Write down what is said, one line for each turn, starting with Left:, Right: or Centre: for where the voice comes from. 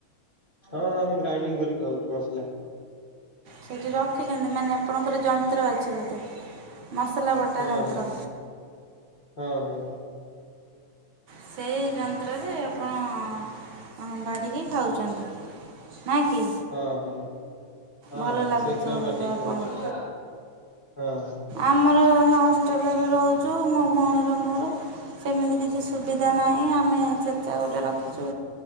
Left: ହଁ ଆମେ ଗ୍ରାଇଡିଙ୍ଗ କରି ଖାଉଛୁ ମସଲା।
Right: ସେଠି ରଖିଛନ୍ତି ମାନେ ଆପଣଙ୍କର ଯନ୍ତ୍ର ଅଛି ବୋଧେ। ମସଲା ବଟା
Left: ହୁଁ
Right: ଯନ୍ତ୍ର
Left: ହୁଁ ହୁଁ ହୁଁ।
Right: ସେଇ ଯନ୍ତ୍ରରେ ଆପଣ ବାଢ଼ିକି ଖାଉଛନ୍ତି। ନା କି
Left: ହଁ ହଁ। ହଁ
Right: ଭଲ
Left: ହଁ
Right: ଲାଗୁଥିବ
Left: ସେଇଥିରେ ଆମେ ବାଟିକି
Right: ବୋଧେ ଆପଣଙ୍କୁ
Left: ଖାଉଛୁ। ହଁ
Right: ଆମର ହଷ୍ଟେଲରେ ରହୁଛୁ ମୋ ଭଉଣୀର ମୋର ସେମିତି କିଛି ସୁବିଧା ନା ହିଁ ଆମେ ଛେଚା ଗୋଟେ ରଖିଛୁ